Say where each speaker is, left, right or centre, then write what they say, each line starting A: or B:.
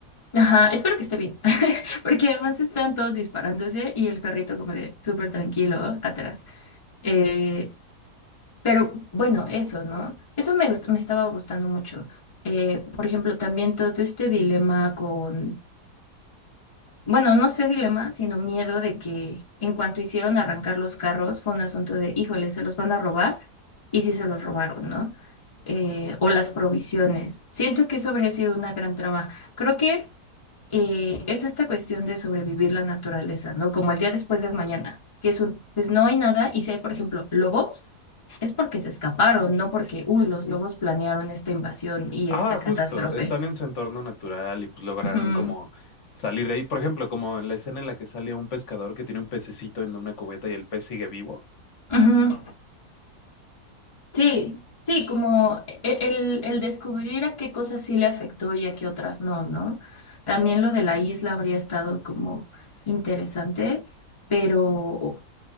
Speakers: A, on the left (about 30°); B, on the left (about 55°).
A: Ajá, espero que esté bien, <laughs> porque además están todos disparándose y el carrito como de súper tranquilo ¿no? atrás. Eh, Pero bueno, eso, ¿no? Eso me gust- me estaba gustando mucho. Eh, por ejemplo, también todo este dilema con, bueno, no sé dilema, sino miedo de que en cuanto hicieron arrancar los carros fue un asunto de, híjole, se los van a robar y sí se los robaron, ¿no? Eh, o las provisiones. Siento que eso habría sido una gran trama. Creo que eh, es esta cuestión de sobrevivir la naturaleza, ¿no? Como el día después de mañana, que es un, pues no hay nada, y si hay, por ejemplo, lobos, es porque se escaparon, no porque, uy, los lobos planearon esta invasión y
B: Ah,
A: esta
B: justo,
A: catástrofe.
B: están en su entorno natural y pues lograron
A: Ujú,
B: como salir de ahí. Por ejemplo, como en la escena en la que sale un pescador que tiene un pececito en una cubeta y el pez sigue vivo.
A: ujú. Sí, sí, como e- el, el descubrir a qué cosas sí le afectó y a qué otras no, ¿no? También lo de la isla habría estado como interesante, pero